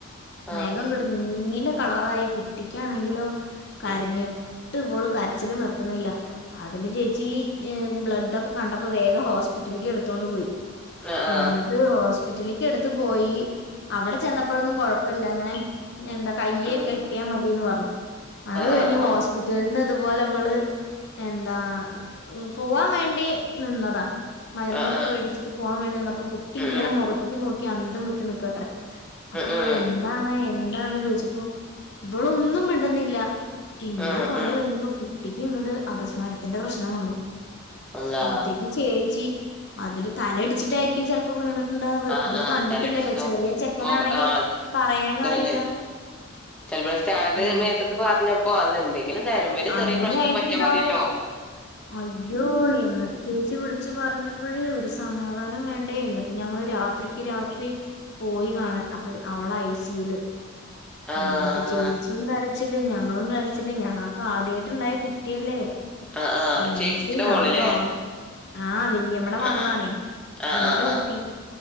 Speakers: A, in the centre; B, on the left.
A: ആഹ് ആഹ്
B: നഖം കട് നീല കളറായി കുട്ടിക്കാണെങ്കിലോ കരഞ്ഞിട്
A: ഉം
B: ട്ട് വള് കരച്ചിലും നിർത്ത്ണില്ല അതില് ചേച്ചി ബ്ലഡ്ഡക്കെ കണ്ടപ്പോ വേഗം ഹോസ്പിറ്റല്ക്ക് എടുത്തോണ്ട് പോയി
A: ആഹ് ആഹ്
B: എന്നട് ട്ട് അത് ഹോസ്പിറ്റലേക്ക് എടുത്ത് പോയി, അവടെ ചെന്നപ്പഴൊന്നും കൊഴപ്പല്ല ങ്ങനെ എന്ത കയ്യ്
A: ഉം
B: കെട്യാ മതിന്ന് പർഞ്ഞു. അത്
A: ആഹ്
B: കഴിഞ്ഞ്
A: ആഹ് ആഹ്
B: ഹോസ്പിറ്റലൽന്ന് തുപോലെ വള് എന്താ പോവാൻ വേണ്ടി നിന്നതാ മരുന്നൊക്കെ
A: ആഹ് ആഹ്
B: വേടിച്ചിട്ട് പോവാൻ വേണ്ടിന്നപ്പ കുട്ടിങ്ങനെ
A: ഉം ഉം
B: മുഖത്ത്ക്ക് നോക്കി അന്തം വിട്ട് നിക്കാത്രേ അപ്പൊവള്
A: ഉം
B: എന്താണ് എന്താണ് ചോയ്ച്ചപ്പോ വളൊന്നും മിണ്ടുന്നില്ല, പിന്നെ
A: ഉം ഉം
B: കൊറെകഴിഞ്ഞപ്പോക്ക്
A: ഉം
B: കുട്ടിക്ക് ഇങ്ങട് അപസ്മാരത്തിന്റെ പ്രശ്നം വന്നു.
A: അള്ളാ
B: അതില് ചേച്ചി അതില് തലടിച്ചിട്ടായിരിക്കും ചെൽ പ്പൊ വീണിട്ണ്ടായത്.
A: ആഹ്
B: ഇവള്
A: ആഹ്
B: കണ്ടിട്ടില്ലല്ലോ,
A: തലയിടിച്ചിണ്ടാവും
B: ചെറിയ ചെക്കനാണെങ്കി
A: മൊഖ ആഹ്
B: പറയാനു
A: തലേ
B: അറിയില്ല
A: ചെലപ്പോ സ്റ്റാൻഡ്
B: ഏ
A: മേത്തക്ക് പറഞ്ഞപ്പോ അത് എന്തെ ങ്കിലും നെരമ്പില്
B: അങ്ങനെയായിട്ടുണ്ടാവും
A: ചെറ്യ പ്രശ്നം പറ്റ്യാ മത്യല്ലോ
B: അയ്യോ എന്നിട്ട് ചേച്ചി വിളിച്ചു പറഞ്ഞപ്പഴ് ഒരു സമാധാനം വേണ്ട? എന്നിട്ട് ഞങ്ങള് രാത്രിക്ക് രാത്രി പോയി കാണാൻ അപ്പ അവള ഐ സി യുല്
A: ആഹ്
B: എന്നിട്ട്
A: ആഹ്
B: ചേച്ചിയും കരച്ചില് ഞങ്ങളും കരച്ചില് ഞങ്ങൾക്ക് ആദ്യായിട്ട് ഇണ്ടായ കുട്ട്യല്ലേ?
A: ആഹ് ആഹ്
B: എന്ത്
A: ചേച്ചിയുടെ
B: ഞങ്ങളാക
A: മോള്ല്ലേ
B: ആഹ് വല്യമ്മടെ മകളാണേ
A: ആഹ് ആഹ്
B: മകളുടെ
A: ആഹ്
B: കുട്ടി